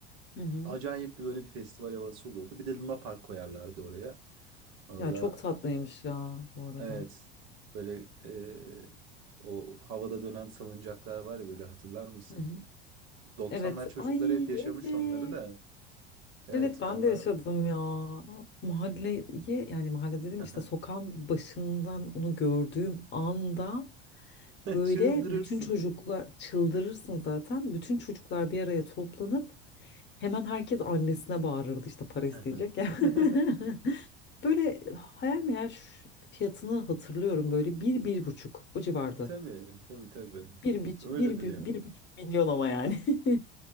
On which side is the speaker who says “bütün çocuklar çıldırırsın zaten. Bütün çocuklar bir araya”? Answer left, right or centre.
Left